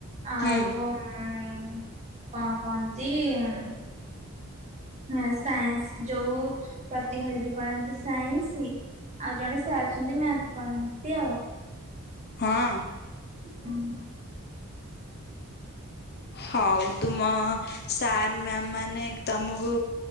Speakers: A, on the right; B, on the left.
A: ଆଉ
B: ହୁଁ
A: ଉମ ମମ କ'ଣ କହନ୍ତି? ଉମ ହଁ ସାଇନ୍ସ ଯୋଉ ପ୍ରତୀକ୍ଷା ଦିଦି ପଢ଼ାନ୍ତି ସାଇନ୍ସୀ। ଆଉ ଜଣେ ସାର୍ ଅଛନ୍ତି ମ୍ୟାଥ ପଢ଼ାନ୍ତି ଆଉ।
B: ହୁଁ।
A: ହୁଁ।
B: ହଉ ତୁମ ସାର୍ ମାମ୍ ମାନେ ତମକୁ